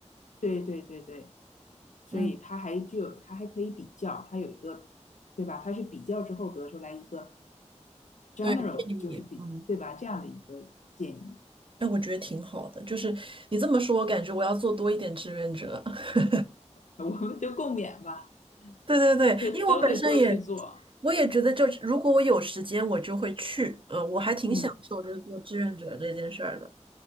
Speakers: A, on the left; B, on the right.
A: 对对对对，所以它还具有，
B: 嗯，
A: 它还可以比较，它有一个，对吧？它是比较之后得出来一个 general
B: 对，建议，
A: 的，就是比，
B: 嗯，
A: 对吧？这样的一个建议，
B: 哎，我觉得挺好的，就是你这么说，我感觉我要做多一点志愿者。<laughs>
A: 我们就共勉吧，
B: 对对对，
A: 就都得多去做。
B: 因为我本身也，我也觉得就是如果我有时间，我就会去。嗯，我还挺享受就是做志愿者这件事儿的。
A: 嗯